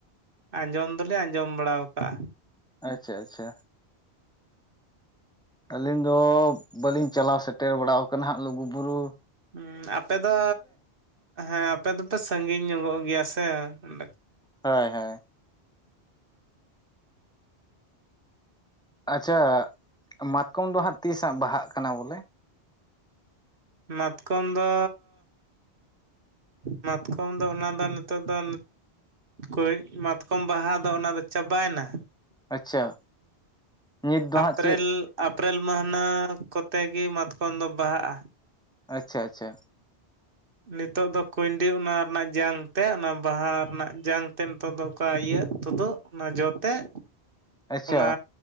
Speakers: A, on the right; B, in the centre.
A: ᱟᱸᱡᱚᱢ ᱫᱚᱞᱤᱧ ᱟᱸᱡᱚᱢ ᱵᱟᱲᱟᱣ ᱠᱟᱜᱼᱟ᱾
B: ᱟᱪᱪᱷᱟ ᱟᱪᱪᱷᱟ᱾ ᱟᱹᱞᱤᱧ ᱫᱚ ᱵᱟᱹᱞᱤᱧ ᱪᱟᱞᱟᱣ ᱥᱮᱴᱮᱨ ᱵᱟᱲᱟᱣ ᱠᱟᱱᱟ ᱦᱟᱸᱜ ᱞᱩᱜᱩ ᱵᱩᱨᱩ᱾
A: ᱩᱸ ᱟᱯᱮ ᱫᱚ ᱦᱮᱸ ᱟᱯᱮ ᱫᱚᱯᱮ ᱥᱟᱺᱜᱤᱧ ᱧᱚᱜᱚᱜ ᱜᱤᱭᱟ ᱥᱮ, ᱚᱸᱰᱮ
B: ᱦᱳᱭ ᱦᱳᱭ᱾ ᱟᱪᱪᱷᱟ, ᱢᱟᱛᱠᱚᱢ ᱫᱚ ᱦᱟᱸᱜ ᱛᱤᱥ ᱦᱟᱸᱜ ᱵᱟᱦᱟᱜ ᱠᱟᱱᱟ ᱵᱚᱞᱮ?
A: ᱢᱟᱛᱠᱚᱢ ᱫᱚ ᱢᱟᱛᱠᱚᱢ ᱫᱚ ᱚᱱᱟ ᱫᱚ ᱱᱤᱛᱚᱜ ᱫᱚ ᱠᱩᱭ, ᱢᱟᱛᱠᱚᱢ ᱵᱟᱦᱟ ᱫᱚ ᱚᱱᱟ ᱫᱚ ᱪᱟᱵᱟᱭᱱᱟ᱾
B: ᱟᱪᱪᱷᱟ᱾ ᱱᱤᱛ ᱫᱚ
A: ᱟᱯᱨᱤᱞ
B: ᱦᱟᱸᱜ ᱪᱮᱫ
A: ᱟᱯᱨᱤᱞ ᱢᱟᱹᱦᱱᱟᱹ ᱠᱚᱛᱮ ᱜᱮ ᱢᱟᱛᱠᱚᱢ ᱫᱚ ᱵᱟᱦᱟᱜᱼᱟ᱾
B: ᱟᱪᱪᱷᱟ ᱟᱪᱪᱷᱟ᱾
A: ᱱᱤᱛᱚᱜ ᱫᱚ ᱠᱩᱭᱰᱤ ᱚᱱᱟ ᱨᱤᱱᱟᱜ ᱡᱟᱝ ᱛᱮᱫ ᱚᱱᱟ ᱵᱟᱦᱟ ᱨᱮᱱᱟᱜ ᱡᱟᱝ ᱛᱮᱫ ᱱᱤᱛᱚᱜ ᱫᱚ ᱚᱠᱟ ᱤᱭᱟᱹᱜ ᱛᱩᱫᱩᱜ, ᱚᱱᱟ ᱡᱚ ᱛᱮᱫ,
B: ᱟᱪᱪᱷᱟ
A: ᱚᱱᱟ